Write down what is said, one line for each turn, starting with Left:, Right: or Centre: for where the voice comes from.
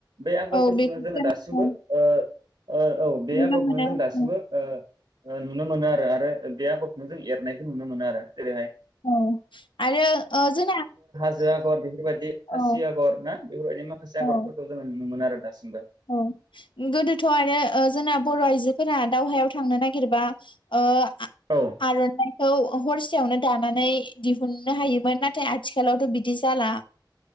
Right: बे आगरफोरखौनो
Left: औ बेखौसो
Right: जोङो दासिमबो ओ ओ औ बे
Left: नुनो
Right: आगरखौनो
Left: मोनो
Right: जों दासिमबो ओ ओ नुनो मोनो आरो आरो बे आगरखौनो जों एरनायखौ नुनो मोनो आरो। जेरैहाय
Left: औ आरो ओ जोंना
Right: जो आगर बेफोरबायदि इ खासि
Left: औ
Right: आगर ना बेफोरबायदि माखासे आगरफोरखौ
Left: औ
Right: जोङो नुनो मोनो आरो। दासिमबो
Left: औ गोदोथ' आरो ओ जोंना बर' आइजोफोरा दावहायाव थांनो नागिरबा ओ आ-आरनाइखौ
Right: औ
Left: औ हरसे सेयावनो दानानै दिहुननो हायोमोन। नाथाय आथिखालावथ बिदि जाला।